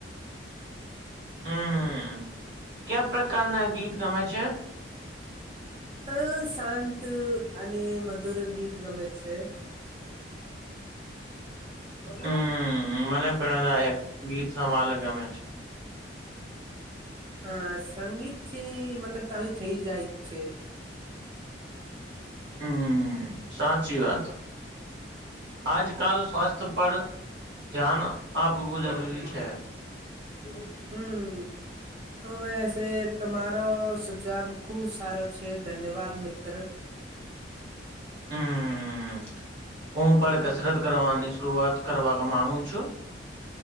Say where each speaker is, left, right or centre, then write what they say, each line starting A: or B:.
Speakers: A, on the right; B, on the right.
A: હમ ક્યા પ્રકારના ગીત ગમે છે.
B: હા શાંત અને મ મધુર ગીત ગમે છે.
A: હમ મને પ્રણાદાયક ગીત સભલ ગમે છે.
B: હા સંગીતથી મને ચાલુ થઈ જાય જ છે.
A: હમ સાચી વાત આજકાલ સ્વાસ્થ્ય પર ધ્યાન આપવું જરૂરી છે. હ.
B: હમ તો વસે તમારો સુજબ ખુબ સારો છે ધન્યવાદ મિત્ર.
A: હમ હું પણ કસરત કરવાની શરૂઆત કરવા માંગુ છું.